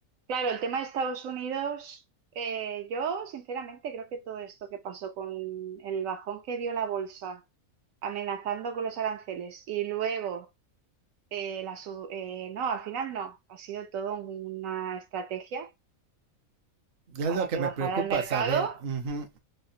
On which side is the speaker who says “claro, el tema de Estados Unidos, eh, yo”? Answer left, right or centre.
Right